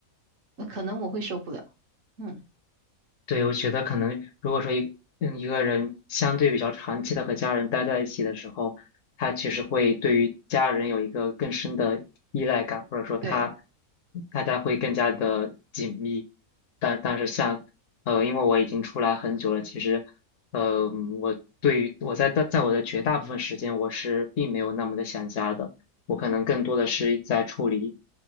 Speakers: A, on the right; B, on the left.
A: 呃可能我会受不了。嗯，
B: 对，我觉得可能如果说一嗯一个人相对比较长期的和家人待在一起的时候，他其实会对于家人有一个更深的依赖感，或者说他
A: 对，
B: 大家会更加的紧密。但但是像呃，因为我已经出来很久了，其实呃，我对于我在在在我的绝大部分时间，我是并没有那么的想家的，我可能更多的是在处理